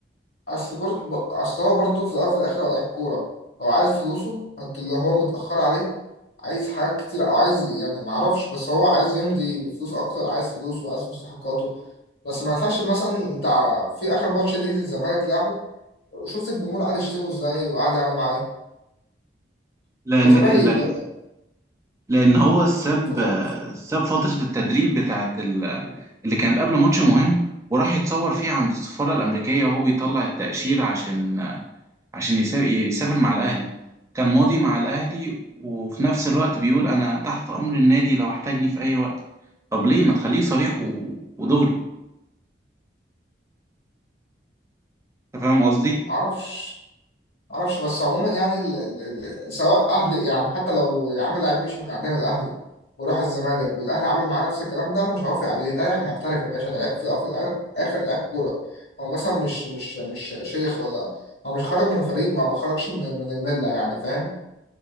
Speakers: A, on the left; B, on the right.
A: اصل برضه اصل هو برضه في الاول وفي الاخر هو لعيب كوره هو عايز فلوسه انت اللي هو متاخر عليه عايز حاجات كتير او عايز يعني ما اعرفش بس هو عايز يمضي بفلوس اكتر عايز فلوسه وعايز مستحقاته بس ما ينفعش مثلا انت ع- في اخر ماتش ليه للزمالك لعبه شفت الجمهور قاعد يشتمه ازاي وقاعد يعمل معاه ايه
B: لان
A: فطبيعي
B: ك- لك-
A: اللي هو
B: لان هو ساب
A: فط... ما
B: ساب فترة التدريب بتاعت ال- اللي كانت قبل ماتش مهم وراح يتصور فيها عند السفارة الأمريكية وهو بيطلع التأشيرة عشان عشان يسا- يسافر مع الأهلي كان ماضي مع الأهلي وفي نفس الوقت بيقول أنا تحت أمر النادي لو احتاجني في أي وقت طب ليه ما تخليك صريح و... ودغري أنت فاهم قصدي؟
A: اعرفش معرفش بس عموما يعني ال... ال... ال... سواء اهلي يعني حتى لو يا عم لعيب مشي من عندنا من الاهلي وراح الزمالك والاهلي عمل معاه نفس الكلام ده انا مش هوافق عليه ده لاعب محترف يا باشا ده لعيب في الاول وفي الآخر- اخر لعيب كوره هو مثلا مش مش مش شيخ ولا هو مش خرج من فريق ما ما خرجش من من المله يعني فاهم